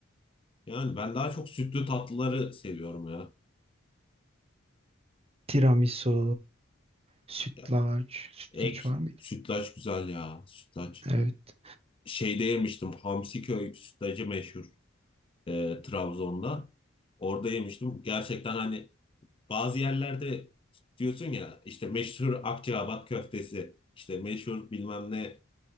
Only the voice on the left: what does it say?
Yani ben daha çok sütlü tatlıları seviyorum ya.
Ya
Ek
sütlaç güzel ya sütlaç.
Şeyde yemiştim Hamsiköy sütlacı meşhur. e, Trabzon'da. Orada yemiştim. Gerçekten hani bazı yerlerde diyorsun ya işte meşhur Akçaabat köftesi, işte meşhur bilmem ne